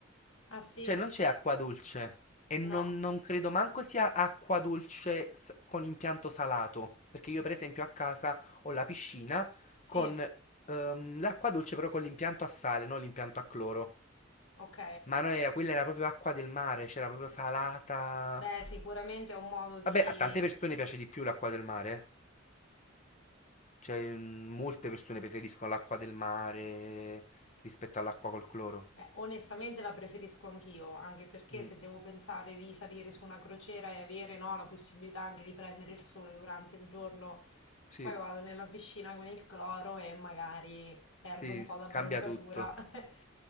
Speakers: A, on the left (about 80°); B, on the left (about 35°).
A: Ah sì,
B: Cioè non c'è acqua dolce e non,
A: no,
B: non credo manco sia acqua dolce s- con impianto salato, perché io per esempio a casa ho la piscina
A: sì,
B: con ehm, l'acqua dolce però con l'impianto a sale, non l'impianto a cloro.
A: ok.
B: Ma non era, quella era proprio acqua del mare, c'era proprio salata.
A: Beh, sicuramente è un modo di...
B: Vabbè, a tante persone piace di più l'acqua del mare. eh. Cioè, mm, molte persone preferiscono l'acqua del mare rispetto all'acqua col cloro.
A: eh, onestamente la preferisco anch'io, anche perché
B: Mm,
A: se devo pensare di salire su una crociera e avere, no, la possibilità anche di prendere il sole durante il giorno
B: Sì,
A: Poi vado nella piscina con il cloro e magari perdo
B: sì,
A: un po'
B: s-
A: d'abbronzatura.
B: cambia tutto.
A: <laughs>